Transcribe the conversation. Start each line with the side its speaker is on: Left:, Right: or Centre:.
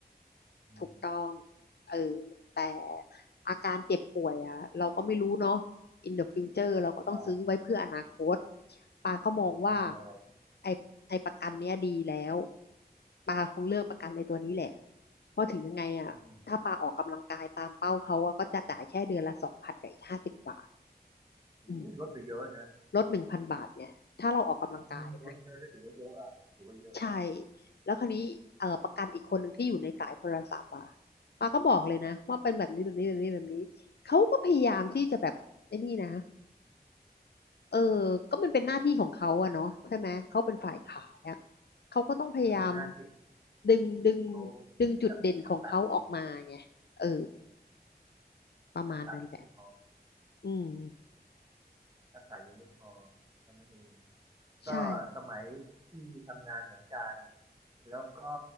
Right: อืม
Left: ถูกต้องเออแต่อาการเจ็บป่วยอ่ะเราก็ไม่รู้เนาะ in the future เราก็ต้องซื้อไว้เพื่ออนาคต
Right: ใช่
Left: ปาก็มองว่า
Right: อ่าไม่มีอะไรที่
Left: ไอ้ไอ้ประกันเนี้ยดีแล้ว ปาคงเลือกประกันในตัวนี้แหละ เพราะถึงยังไงอ่ะถ้าปาออกกำลังกายตามเป้าเขาอะก็จะจ่ายแค่เดือนละสองพันกับอีกห้าสิบบาท
Right: อืมโอ้ยลดไปเยอะนะ
Left: อืมลดหนึ่งพันบาทเนี่ย ถ้าเราออกกำลังกายนะ
Right: อืมลดเยอะก็ถือว่าเยอะอ่ะถือว่าเยอะอะ
Left: ใช่แล้วคราวนี้เอ่อประกันอีกคนหนึ่งที่อยู่ในสายโทรศัพท์อ่ะปาก็บอกเลยนะว่าเป็นแบบนี้แบบนี้แบบนี้แบบนี้เขาก็พยายามที่จะแบบไอ้นี่นะเออก็มันเป็นหน้าที่ของเขาอะเนาะใช่ไหมเขาเป็นฝ่ายขายอะเขาก็ต้องพยายาม
Right: มันเป็นหน้าที่ของ
Left: ดึงดึง
Right: เขา
Left: ดึงจุดเด่นของเขาออกมาไงเออ
Right: ทักทักษะ
Left: ประมาณนั้นแหละ
Right: ทักษะยังไม่พออืม
Left: อืม
Right: ทักษะยังไม่พอเท่านั้นเองก็สมัยที่ทำงานเหมือนกัน
Left: ใช่
Right: แล้วก็